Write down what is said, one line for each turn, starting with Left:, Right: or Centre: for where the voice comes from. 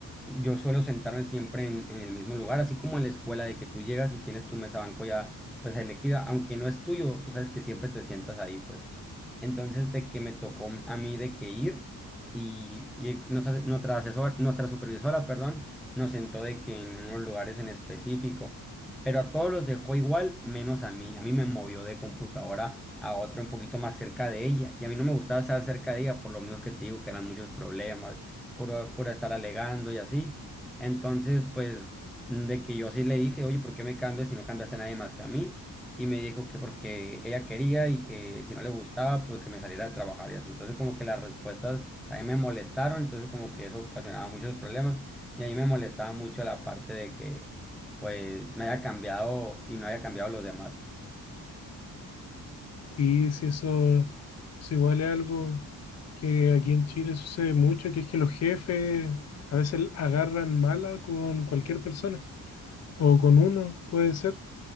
Centre: yo suelo sentarme siempre en, en el mismo lugar, así como en la escuela de que tú llegas y tienes tu mesa banco ya pues elegida, aunque no es tuyo, tú sabes que siempre te sientas ahí pues. Entonces, de que me tocó a mí de que ir y, y nuestra, nuestra asesor, nuestra supervisora, perdón, nos sentó de que en unos lugares en específico, pero a todos los dejó igual, menos a mí. A mí me movió de computadora a otra un poquito más cerca de ella. Y a mí no me gustaba estar cerca de ella, por lo mismo que te digo que eran muchos problemas, por, por estar alegando y así. Entonces, pues, de que yo sí le dije, oye, ¿por qué me cambias si no cambiaste a nadie más que a mí? y me dijo que porque ella quería y que si no le gustaba, pues que me saliera de trabajar y así. Entonces como que las respuestas también me molestaron, entonces como que eso ocasionaba muchos problemas y a mí me molestaba mucho la parte de que pues me haya cambiado y no haya cambiado los demás.
Left: Y si eso, eso igual es algo que aquí en Chile sucede mucho, que es que los jefes a veces agarran mala con cualquier persona, o con uno, puede ser.